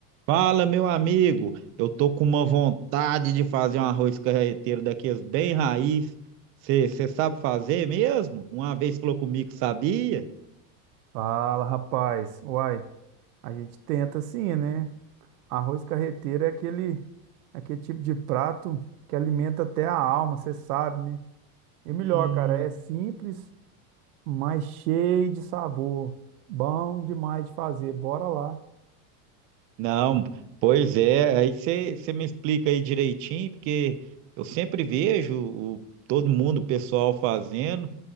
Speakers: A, on the right; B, on the right.
A: Fala, meu amigo. Eu tô com uma vontade de fazer um arroz carreteiro daqueles bem raiz. Você sabe fazer mesmo? Uma vez falou comigo, que sabia?
B: Fala, rapaz. Uai, a gente tenta sim, né? Arroz carreteiro é aquele, aquele tipo de prato que alimenta até a alma, você sabe, né? E
A: Hum,
B: o melhor, cara, é simples, mas cheio de sabor. Bom demais de fazer. Bora lá.
A: não, pois é. Aí você me explica aí direitinho, porque eu sempre vejo o- todo mundo, o pessoal fazendo.